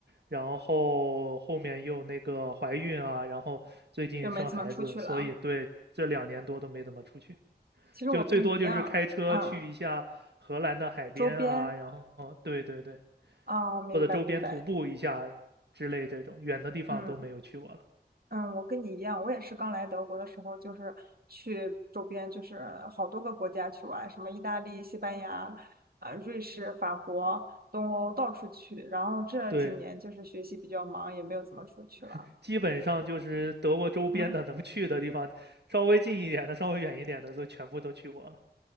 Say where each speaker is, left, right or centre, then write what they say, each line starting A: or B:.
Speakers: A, on the right; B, on the right.
A: 然后后面又那个怀孕啊，然后最近生孩子，
B: 就没怎么出去了。
A: 所以对这两年多都没怎么出去。
B: 其实我跟你一样，
A: 就最多就是开车去一下荷兰的海边啊，
B: 嗯，周边，
A: 然后对对对，
B: 啊，明白明白，
A: 或者周边徒步一下之类这种远的地方都没有去过了。
B: 嗯嗯，我跟你一样，我也是刚来德国的时候，就是去周边，就是好多个国家去玩，什么意大利、西班牙、啊、瑞士、法国、东欧到处去。然后这几年就是学习比较忙，
A: 对，
B: 也没有怎么出去了。
A: <laughs> 基本上就是德国周边的能去的地方，
B: <laughs>
A: 稍微近一点的、稍微远一点的都全部都去过了。